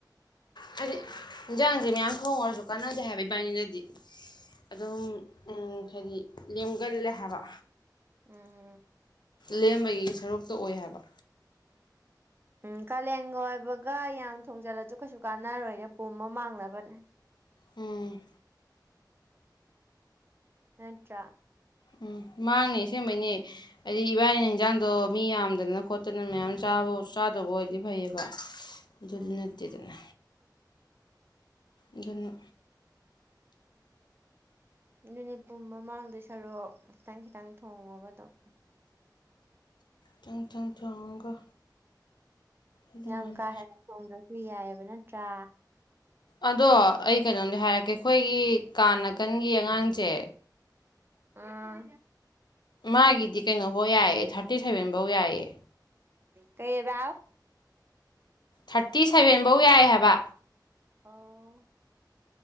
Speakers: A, on the left; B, on the right.
A: ꯍꯥꯏꯗꯤ ꯏꯟꯁꯥꯡꯁꯦ ꯃꯌꯥꯝ ꯊꯣꯡꯉꯥꯁꯨ ꯀꯥꯟꯅꯗꯦ ꯍꯥꯏꯕ ꯏꯕꯥꯅꯤꯗꯗꯤ ꯑꯗꯨꯝ ꯍꯥꯏꯗꯤ ꯂꯦꯝꯒꯜꯂꯦ ꯍꯥꯏꯕ
B: ꯎꯝ
A: ꯂꯦꯝꯕꯒꯤ ꯁꯔꯨꯛꯇ ꯑꯣꯏ ꯍꯥꯏꯕ
B: ꯎꯝ ꯀꯥꯂꯦꯟꯒ ꯑꯣꯏꯕꯒ ꯌꯥꯝ ꯊꯣꯡꯖꯜꯂꯁꯨ ꯀꯩꯁꯨ ꯀꯥꯟꯅꯔꯣꯏꯗ ꯄꯨꯝꯃ ꯃꯥꯡꯅꯕꯅꯦ
A: ꯎꯝ
B: ꯅꯠꯇ꯭ꯔꯥ
A: ꯎꯝ ꯃꯥꯡꯅꯦ ꯑꯁꯦꯝꯕꯩꯅꯦ ꯍꯥꯏꯗꯤ ꯏꯕꯥꯅꯤꯅ ꯍꯟꯖꯥꯡꯗꯣ ꯃꯤ ꯌꯥꯝꯗꯅ ꯈꯣꯠꯇꯅ ꯃꯌꯥꯝ ꯆꯥꯕ ꯆꯥꯗꯧꯕ ꯑꯣꯏꯗꯤ ꯐꯩꯌꯦꯕ ꯑꯗꯨꯗꯤ
B: ꯎꯝ
A: ꯅꯠꯇꯦꯗꯅ ꯑꯗꯨꯟꯅꯥ
B: ꯑꯗꯨꯅꯦ ꯄꯨꯝꯃ ꯃꯥꯡꯗꯩ ꯁꯔꯨꯛ ꯈꯤꯇꯪ ꯈꯤꯇꯪ ꯊꯣꯡꯉꯣꯕ ꯑꯗꯨꯝ
A: ꯈꯤꯇꯪ ꯈꯤꯇꯪ ꯊꯣꯡꯉꯒ ꯑꯗꯨꯃꯥꯏꯅ
B: ꯌꯥꯝ ꯀꯥ ꯍꯦꯟꯅ ꯊꯣꯡꯗ꯭ꯔꯥꯁꯨ ꯌꯥꯏꯑꯦꯕ ꯅꯠꯇ꯭ꯔꯥ
A: ꯑꯗꯣ ꯑꯩ ꯀꯩꯅꯣꯝꯗꯤ ꯍꯥꯏꯔꯛꯀꯦ ꯑꯩꯈꯣꯏꯒꯤ ꯀꯥ ꯅꯥꯀꯟꯒꯤ ꯑꯉꯥꯡꯁꯦ
B: ꯑꯥ
A: ꯃꯥꯒꯤꯗꯤ ꯀꯩꯅꯣꯐꯧ ꯌꯥꯏꯑꯦ ꯊꯥꯔꯇꯤ ꯁꯚꯦꯟꯐꯧ ꯌꯥꯏꯌꯦ
B: ꯀꯩꯕꯥꯎ
A: ꯊꯥꯔꯇꯤ ꯁꯦꯚꯦꯟꯐꯧ ꯌꯥꯏ ꯍꯥꯏꯕ
B: ꯑꯣ